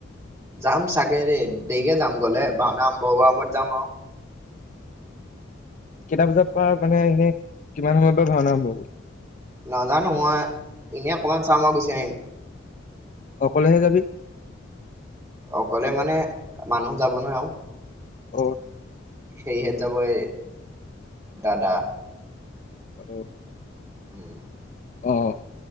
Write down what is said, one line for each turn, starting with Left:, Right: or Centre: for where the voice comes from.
Right: যাম চাগে ৰে দেৰিকে যাম গ'লে ভাওনা আৰম্ভ সময়ত যাম আৰু,
Left: কেইটা বজাত পৰা মানে এনেই কিমান সময়ৰ পৰা ভাওনা আৰম্ভ হ'ব।
Right: নাজানোঁ মই এনেই অকমান চাম মই গুচি আহিম।
Left: অকলেহে যাবি।
Right: অকলে মানে মানুহ যাব নহয় আৰু
Left: অ'
Right: সেইহেট যাব এই দাদা
Left: অহ'
Right: উম।
Left: অ'